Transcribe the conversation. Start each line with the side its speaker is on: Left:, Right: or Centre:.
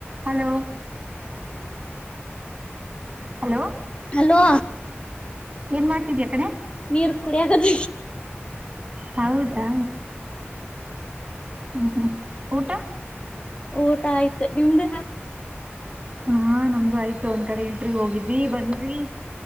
Right: Hello hello
Left: hello
Right: ಏನ್ ಮಾಡ್ತಿದ್ಯಾ ಕಣೆ
Left: ನೀರು ಕುಡಿಯಕ <inaudible>
Right: ಹೌದಾ ಹ್ಮ್ ಹ್ಮ್ ಊಟಾ.
Left: ಊಟಾ ಆಯ್ತ ನಿಮ್ದ?
Right: ಹಾ ನಮ್ದು ಆಯ್ತು ಒಂದ್ ಕಡೆ ಇಂಟ್ರ್ ಹೋಗಿದ್ ಬಿ ಬಂದವಿ.